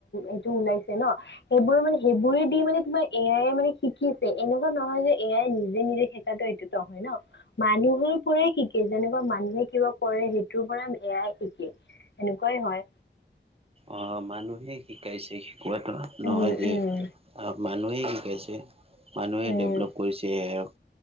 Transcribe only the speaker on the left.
এইটো ওলাইছে ন। সেইবোৰ মানে সেইবোৰেদি মানে তোমৰ এ আইয়ে মানে। শিকিছে এনেকুৱা নহয় যে এ আইয়ে নিজে নিজে শিকাটো এইটো নহয় ন মানুহে পৰাই শিকে যেনেকুৱা মানুহে কিবা কৰে সেইটোৰ পৰা এ আইয়ে শিকে সেনেকুৱাই হয়
উম
উম
উম।